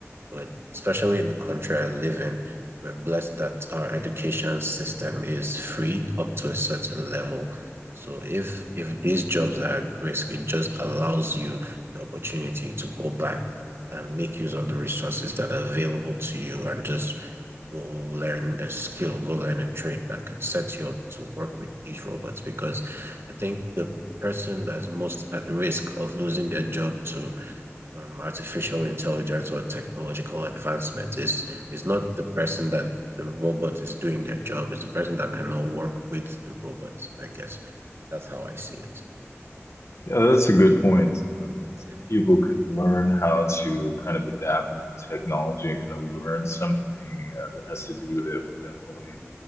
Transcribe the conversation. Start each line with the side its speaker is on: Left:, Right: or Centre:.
Right: but especially in the country I live in, we're blessed that our education system is free up to a certain level. So if if these jobs are at risk, it just allows you the opportunity to go back and make use of the resources that are available to you and just go learn a skill, go learn a trade that could set you up to work with these robots. Because I think the person that's most at risk of losing their job to um, artificial intelligence or technological advancement. It's, it's not the person that the robot is doing their job, it's the person that cannot work with the robots, I guess. That's how I see it.
Left: yeah, that's a good point. Uh,
Right: Yeah,
Left: people could learn how to kind of adapt with the technology and kind of learn something uh, that has to do with it would definitely